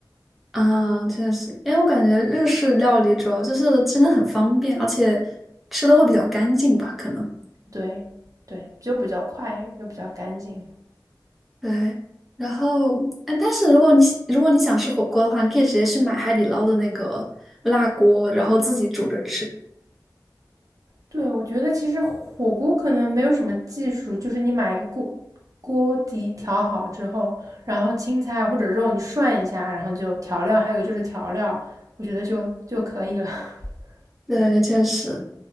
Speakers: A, in the centre; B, on the right.
A: 啊，确实，因为我感觉日式料理主要就是真的很方便，而且吃的会比较干净吧，可能。
B: 对，对，就比较快又比较干净。
A: 对，然后，嗯，但是如果你喜如果你想吃火锅的话，你可以直接去买海底捞的那个辣锅，然后自己煮着吃。
B: 对，我觉得其实火锅可能没有什么技术，就是你买一个锅锅底调好之后，然后青菜或者肉你涮一下，然后就调料，还有就是调料，我觉得就就可以了。<laughs>
A: 对，确实，